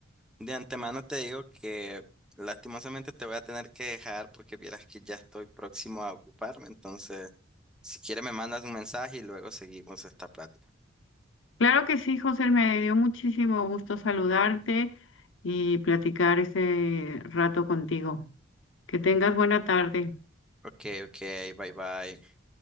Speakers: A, in the centre; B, on the left (about 75°).
A: De antemano te digo que lastimosamente te voy a tener que dejar porque vieras que ya estoy próximo a ocuparme. Entonces, si quieres me mandas un mensaje y luego seguimos esta plática.
B: Claro que sí, José, me dio muchísimo gusto saludarte y platicar ese rato contigo. Que tengas buena tarde.
A: Ok, ok, bye bye.